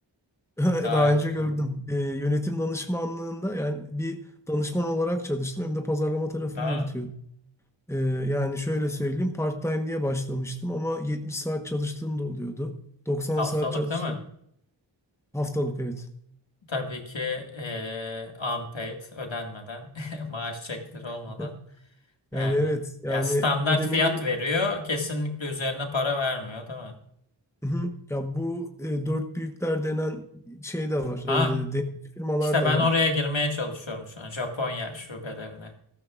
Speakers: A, in the centre; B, on the left (about 75°).
A: <laughs>
B: Daha
A: Daha
B: önce
A: önce
B: gördün.
A: gördüm. Ee, yönetim danışmanlığında yani bir danışman olarak çalıştım hem de pazarlama tarafını
B: Ha,
A: yürütüyordum. Ee, yani şöyle söyleyeyim part-time diye başlamıştım ama 70 saat çalıştığım da oluyordu. 90
B: haftalık
A: saat çalıştım
B: değil mi?
A: haftalık evet.
B: Tabii ki eee unpaid, ödenmeden, <laughs> maaş çekleri olmadan.
A: <laughs> Yani
B: Yani
A: evet yani
B: ya standart
A: ödemenin
B: fiyat veriyor, kesinlikle üzerine para vermiyor değil mi?
A: Hı, hı. ya bu e, dört büyükler denen şey de var.
B: Ha,
A: E, denetçi firmalar
B: işte
A: da
B: ben
A: var.
B: oraya girmeye çalışıyorum şu an Japonya şubelerine.